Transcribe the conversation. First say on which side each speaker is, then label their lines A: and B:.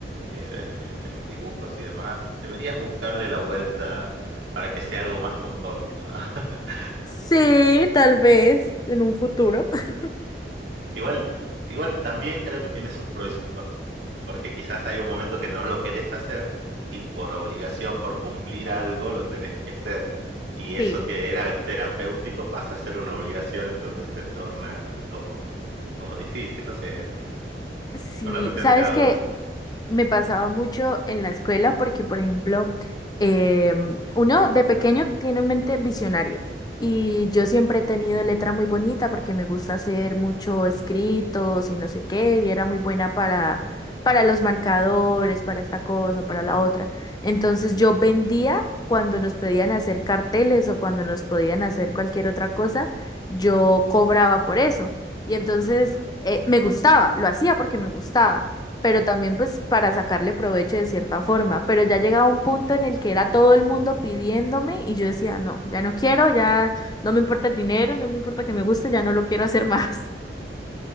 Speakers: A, on the right; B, on the left.
A: eh, de, de los dibujos y demás, deberías buscarle la vuelta para que sea algo más que un hobby, ¿no? <laughs>
B: Sí, tal vez en un futuro. <laughs>
A: Igual, igual también creo que tiene sus pros y sus contras, porque quizás hay un momento que no lo querés hacer y por obligación, por cumplir algo, lo tenés que hacer. Y eso
B: Sí,
A: que era terapéutico pasa a ser una obligación, entonces se torna como, como difícil, no sé, es un-
B: sí,
A: una cuestión
B: sabes
A: de cada
B: que
A: uno.
B: Me pasaba mucho en la escuela porque, por ejemplo, em, uno de pequeño tiene mente visionaria y yo siempre he tenido letra muy bonita porque me gusta hacer mucho escritos y no sé qué, y era muy buena para, para los marcadores, para esta cosa, para la otra. Entonces yo vendía cuando nos pedían hacer carteles o cuando nos podían hacer cualquier otra cosa, yo cobraba por eso. Y entonces
A: Ujú.
B: eh, me gustaba, lo hacía porque me gustaba pero también pues para sacarle provecho de cierta forma. Pero ya llegaba un punto en el que era todo el mundo pidiéndome y yo decía, no, ya no quiero, ya no me importa el dinero, no me importa que me guste, ya no lo quiero hacer <laughs> más.